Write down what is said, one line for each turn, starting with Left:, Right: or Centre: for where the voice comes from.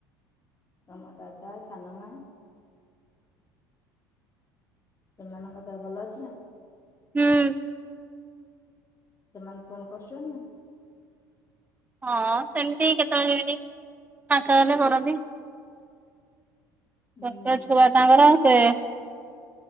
Left: ତମ ଦାଦା ସାନମା। ସେମାନଙ୍କ ଦେହ ଭଲ ଅଛି ନା।
Right: ହୁଁ।
Left: ସେମାନେ ଫୋନ କରୁଛନ୍ତି ନା?
Right: ହଁ ସେମିତି କେତେବେଳେ କେମିତି ଫାଙ୍କା ହେଲେ କରନ୍ତି।
Left: ହୁଁ
Right: ଚାରିଟା ଛୁଆ ତାଙ୍କର।